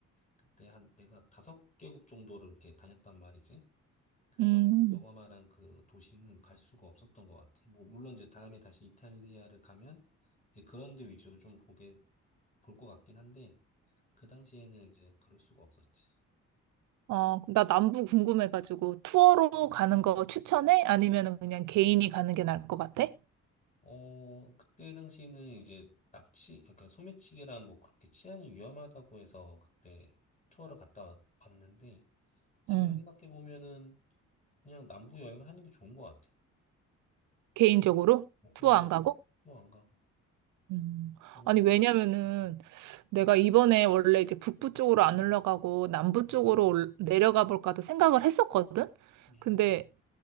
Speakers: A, on the left; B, on the right.
A: 그때 한 내가 다섯 개국 정도를 이렇게 다녔단 말이지. 그래가지고
B: 음.
A: 너가 말한 그 도시는 갈 수가 없었던 것 같아. 뭐, 물론 이제 다음에 다시 이탈리아를 가면 이제 그런 데 위주로 좀 보게, 볼 것 같긴 한데, 그 당시에는 이제 그럴 수가 없었지.
B: 어, 나 남부 궁금해가지고 투어로 가는 거 추천해? 아니면은 그냥 개인이 가는 게 나을 것 같아?
A: 어, 그때 당시에는 이제 납치, 아까 소매치기랑 뭐 그렇게 치안이 위험하다고 해서 그때 투어를 갔다 왔- 왔는데 지금
B: 응.
A: 생각해 보면은 그냥 남부 여행을 하는 게 좋은 것 같아.
B: 개인적으로?
A: 뭐 개인적으로
B: 투어 안 가고?
A: 투어 안 가고
B: 음.
A: 나는
B: 아니,
A: 그-
B: 왜냐면은
A: 음,
B: 내가 이번에 원래 이제 북부 쪽으로 안 올라가고 남부 쪽으로 올- 내려가 볼까도 생각을 했었거든?
A: 음.
B: 근데